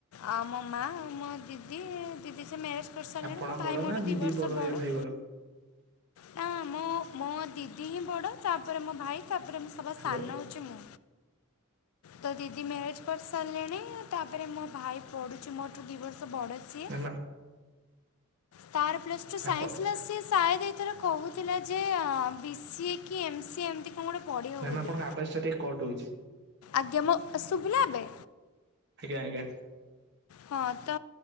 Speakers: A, on the left; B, on the right.
A: ଆଉ ମୋ ମାଆ ମୋ ଦିଦି ଦିଦି ସେ ମ୍ୟାରେଜ୍ କରିସାରିଲେଣି
B: ଆପଣ
A: ମୋ
B: ବଡ
A: ଭାଇ ମୋଠୁ
B: ନା ଦିଦି
A: ଦୁଇ ବର୍ଷ
B: ବଡ
A: ବଡ଼।
B: ୟା ଭାଇ ବଡ
A: ନା ମୋ ମୋ ଦିଦି ହିଁ ବଡ ତାପରେ ମୋ ଭାଇ ତାପରେ ସବା
B: ହ୍ୟାଲୋ
A: ସାନ ହଉଛି ମୁଁ ତ ଦିଦି ମ୍ୟାରେଜ କରିସାରିଲେଣି। ତାପରେ ମୋ ଭାଇ ପଢୁଛି ମୋଠୁ ଦୁଇ ବର୍ଷ ବଡ଼ ସିଏ।
B: ମ୍ୟାମ
A: ତାର ପ୍ଲସ୍ ଟୁ ସାଇନ୍ସସି
B: ଆପଣ
A: ଲା ସେ ସାୟଦ ଏଥରେ କହୁଥିଲା ଯେ ବି ସିଏ କି ଏମ ସି ଏମିତି କଣ ଗୋଟେ ପଢ଼ିବ
B: ମ୍ୟାମ
A: ବୋଲି।
B: ଆପଣଙ୍କ ଆବାଜ ଟା ଟିକେ କଟ ହଉଛି
A: ଆଜ୍ଞା ମୁଁ ଶୁଭିଲା ଏବେ?
B: ଆଜ୍ଞା ଆଜ୍ଞା।
A: ହଁ ତ